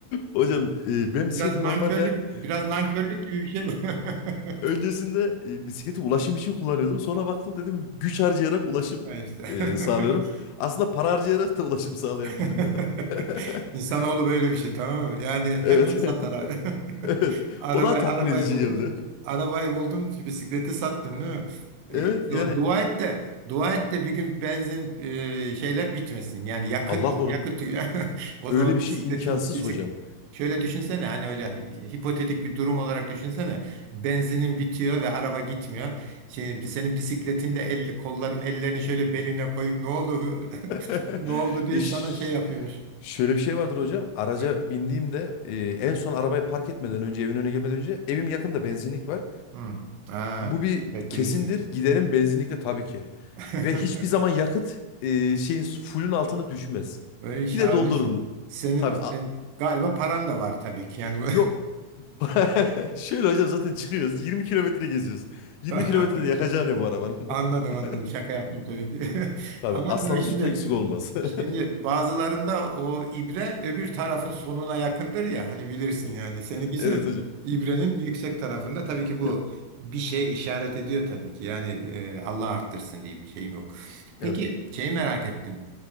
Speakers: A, on the left (about 85°); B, on the right (about 85°).
A: Hocam e, ben bisikleti
B: Biraz nankörlük,
A: normalde <laughs>
B: biraz nankörlük gibi bir şey bu. <laughs>
A: öncesinde e, bisikleti ulaşım için kullanıyordum. Sonra baktım dedim güç harcayarak ulaşım
B: Ya işte.
A: e,
B: <laughs>
A: sağlıyorum. Aslında para harcayarak da ulaşım sağlayabilirim
B: <laughs>
A: dedim. <laughs>
B: İnsanoğlu böyle bir şey tamam mı? Yani
A: Evet.
B: hemen satar.
A: <laughs>
B: <laughs>
A: Evet.
B: Araba,
A: O daha
B: arabayı
A: tatmin edici
B: buldun.
A: geldi.
B: Arabayı
A: <laughs>
B: buldun, bisikleti sattın değil mi? E,
A: Evet yani
B: du- Dua et de, dua et de bir gün benzin e, şeyler bitmesin. Yani yakıt,
A: Allah korusun.
B: yakıt. tü- <laughs> O
A: Öyle
B: zaman
A: bir
B: bisikletin
A: şey imkansız
B: bisik
A: hocam.
B: Şöyle düşünsene hani öyle hipotetik bir durum olarak düşünsene. Benzinin bitiyor ve araba gitmiyor. Şey, senin bisikletin de elli kolların ellerini şöyle beline koyup ne oldu? <laughs>
A: <laughs>
B: Ne oldu deyip
A: Ya ş-
B: sana şey yapıyormuş.
A: Şöyle bir şey vardır hocam. Araca
B: Ha.
A: bindiğimde e, en son arabayı park etmeden önce evin önüne gelmeden önce evim yakında benzinlik var.
B: Hı. Ha.
A: Bu bir
B: Tedbirlisin.
A: kesindir. Giderim benzinlikle tabii ki.
B: <laughs>
A: Ve hiçbir zaman yakıt e, şeyin fullün altına düşmez.
B: Böyle şahanesin.
A: Gide doldururum.
B: Senin,
A: Tabii.
B: sen,
A: a-
B: galiba paran da var tabii ki. Yani bu-
A: yok. <laughs> Şöyle hocam zaten çıkıyoruz. 20 kilometre geziyoruz. 20
B: <laughs> Ta-
A: kilometrede yakacağı ne bu arabanın?
B: Anladım
A: <laughs>
B: anladım. Şaka yaptım tabii ki. <laughs>
A: Tabii
B: Ama
A: aslanın
B: tabii şimdi
A: sütü eksik olmaz.
B: şimdi
A: <laughs>
B: bazılarında o ibre öbür tarafın sonuna yakındır ya hani bilirsin yani. Seninkisi
A: Evet hocam.
B: ibrenin yüksek tarafında tabii ki bu
A: Yok.
B: bir şeye işaret ediyor tabii ki. Yani e, Allah arttırsın diyeyim şeyim yok. Peki
A: Evet.
B: şeyi merak ettim.